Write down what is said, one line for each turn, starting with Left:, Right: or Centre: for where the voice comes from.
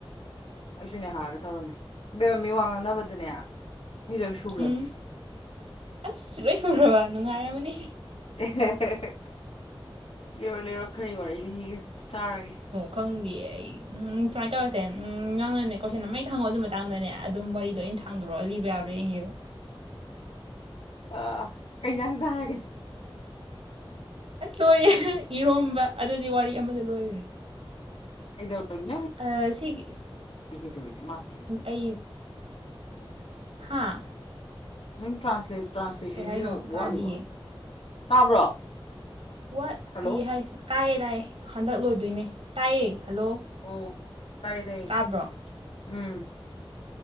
Left: ꯑꯩꯁꯨ ꯅꯦꯍꯥꯒ ꯇꯧꯔꯝꯃꯤ ꯏꯕꯦꯔꯝꯃ ꯃꯤꯋꯥ ꯉꯥꯡꯅꯕꯗꯅꯦ ꯃꯤ ꯂꯣꯏ ꯁꯨꯈ꯭ꯔꯕꯅꯤ
Right: ꯎꯝ ꯑꯁ ꯂꯣꯏ ꯁꯣꯢ ꯈꯔꯕ ꯅꯨꯡꯉꯥꯢꯔꯝ ꯃꯅꯤ
Left: ꯑꯦ ꯂꯤꯔꯣ ꯂꯤꯔꯣ ꯈꯔꯒꯤ ꯋꯥꯔꯤ ꯂꯤꯔꯣ ꯇꯥꯔꯒꯦ
Right: ꯈꯪꯗꯤꯌꯦ ꯑꯩ ꯁꯨꯃꯥꯏꯅ ꯇꯧꯔꯁꯦ ꯅꯪꯅꯅꯦ ꯀꯣꯏꯁꯟ ꯑꯃ ꯍꯦꯛꯇꯥ ꯍꯪꯉꯥꯛꯑꯣ ꯑꯗꯨꯢ ꯃꯊꯪꯗ ꯅꯪꯅꯅꯦ ꯑꯗꯨꯝ ꯋꯥꯔꯤꯗꯣ ꯑꯩꯅ ꯁꯥꯡꯗꯣꯔꯛꯂ ꯂꯤꯕ ꯌꯥꯕ꯭ꯔꯥ ꯌꯦꯡꯒꯦꯕ
Left: ꯑ ꯀꯩ ꯌꯦꯟꯖꯥꯡ ꯆꯥꯔꯒꯦ
Right: ꯑꯁ ꯂꯣꯏꯔꯦꯍꯦ ꯏꯔꯣꯝꯕ ꯑꯗꯨꯗꯤ ꯋꯥꯔꯤ ꯑꯃꯗ ꯂꯣꯏꯔꯦ
Left: ꯀꯩꯗꯧꯕꯒꯤ ꯅꯣ
Right: ꯑ ꯁꯤꯒꯤ
Left: ꯀꯩ ꯀꯩꯗꯧꯔꯤꯒꯦ ꯃꯥꯁꯤꯗꯤ
Right: ꯑꯩ ꯍꯥꯥ
Left: ꯅꯪ ꯇꯔ꯭ꯥꯟꯁꯂꯦ ꯇ꯭ꯔꯥꯟꯁꯂꯦꯁꯥꯟꯒꯤꯗꯣ
Right: ꯀꯩ ꯍꯥꯏꯅꯣ ꯇꯥꯗꯤꯌꯦ
Left: ꯋꯥꯠꯂꯤꯕꯣ ꯇꯥꯕ꯭ꯔꯣ
Right: ꯋꯥꯠꯂꯤ
Left: ꯍꯜꯂꯣ
Right: ꯍꯥꯏ ꯇꯥꯏꯌꯦ ꯇꯥꯏꯌꯦ ꯍꯟꯗꯛ ꯂꯣꯏꯗꯨꯢꯅꯦ ꯇꯥꯏꯌꯦ ꯍꯜꯂꯣ
Left: ꯑꯣ ꯇꯥꯢꯌꯦ ꯇꯥꯢꯌꯦ
Right: ꯇꯥꯕ꯭ꯔꯣ
Left: ꯎꯝ